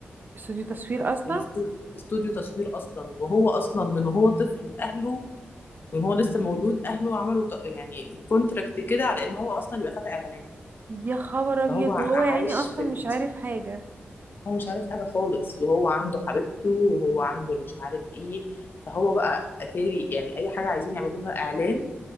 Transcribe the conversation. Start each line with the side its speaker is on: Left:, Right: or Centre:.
Right: استوديو تصوير اصلا
Left: والاستوديو تصوير اصلا وهو اصلا من وهو طفل اهله وان هو لسه مولود اهله عملوا ط- يعني كونتراكت كده على ان هو اصلا يبقى فتى اعلانات
Right: يا خبر ابيض
Left: فهو ع-
Right: وهو يا
Left: عايش
Right: عيني اصلا
Left: في ال...
Right: مش عارف حاجه
Left: هو مش عارف حاجه خالص وهو عنده حبيبته وهو عنده مش عارف ايه فهو بقى اتاري يعني اي حاجه عايزين يعملوها اعلان